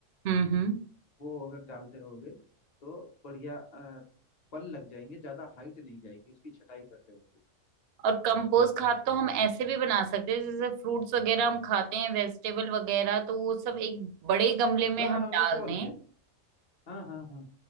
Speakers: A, on the right; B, on the left.
A: हम्म हम्म
B: वो अगर डालते रहोगे तो बढ़िया अ, फल लग जाएंगे ज्यादा हाइट नहीं जाएगी उसकी छटाई करते रहो तो
A: और कंपोस्ट खाद तो हम ऐसे भी बना सकते हैं जैसे फ्रूट्स वगैरह हम खाते हैं वेजिटेबल वगैरह तो वो सब एक बड़े गमले में
B: ब-
A: हम डाल
B: बस और
A: दें
B: क्या हाँ हाँ हाँ